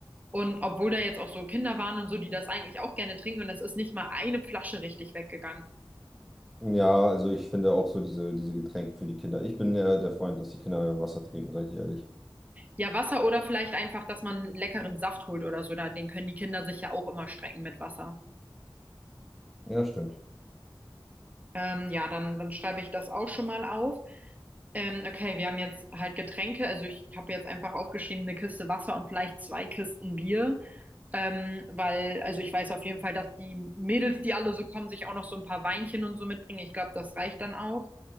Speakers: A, on the right; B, in the centre.
A: Und obwohl da jetzt auch so Kinder waren und so, die das eigentlich auch gerne trinken, und es ist nicht mal eine Flasche richtig weggegangen.
B: Ja, also ich finde auch so diese, diese Getränke für die Kinder. Ich bin ja der Freund, dass die Kinder Wasser trinken, seid ihr ehrlich.
A: Ja, Wasser oder vielleicht einfach, dass man einen leckeren Saft holt oder so, da, den können die Kinder sich ja auch immer strecken mit Wasser.
B: Ja, stimmt.
A: Ähm, ja, dann, dann schreibe ich das auch schon mal auf. Ähm, okay, wir haben jetzt halt Getränke. Also ich habe jetzt einfach aufgeschrieben, eine Kiste Wasser und vielleicht zwei Kisten Bier. Ähm, weil, also ich weiß auf jeden Fall, dass die Mädels, die alle so kommen, sich auch noch so ein paar Weinchen und so mitbringen. Ich glaube, das reicht dann auch.